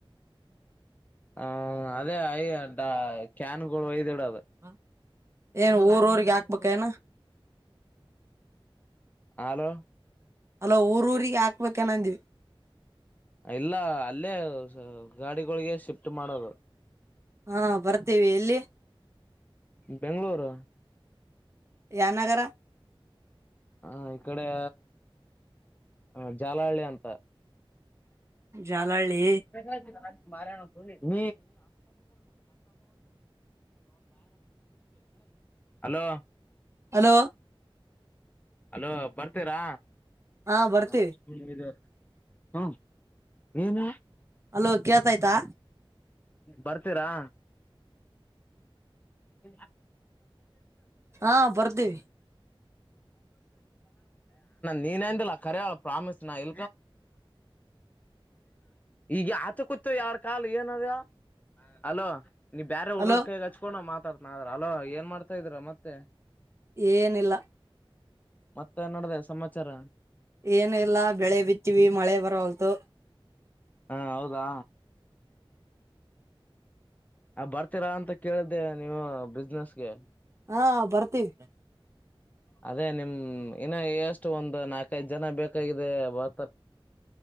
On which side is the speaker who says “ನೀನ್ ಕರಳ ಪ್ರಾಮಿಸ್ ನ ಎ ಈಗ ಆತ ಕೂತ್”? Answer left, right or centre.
Left